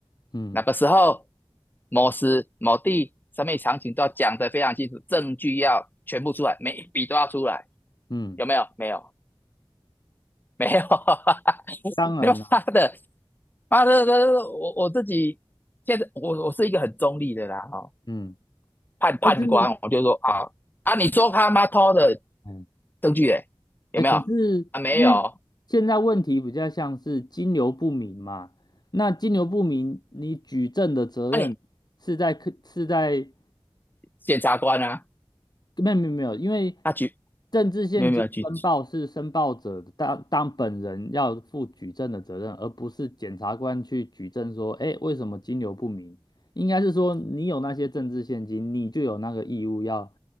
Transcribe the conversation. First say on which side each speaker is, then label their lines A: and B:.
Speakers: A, on the left (about 45°); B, on the left (about 20°).
A: 嗯
B: 那个时候某时某地上面场景都要讲得非常清楚，证据要全部出来，每一笔都要出来，
A: 嗯，
B: 有没有？没有。<laughs> 没有，<laughs>
A: 当然啦，
B: 没有妈的，妈的，我我自己现在我我是一个很中立的啦，哦，
A: 嗯，
B: 判判官，
A: 但是
B: 我就说啊啊，你说他妈偷的
A: 嗯，
B: 证据诶，有没有？
A: 哎，可是因为现在问题比较像是金流不明嘛，
B: 啊，没有，
A: 那金流不明，你举证的责任是在客是在
B: 啊你检察官啊，
A: 没有没有没有，因为
B: 他举
A: 政治现金申报是申报者当当本人要负举证的责任，
B: 没有没有举，
A: 而不是检察官去举证说，哎，为什么金流不明？应该是说你有那些政治现金，你就有那个义务要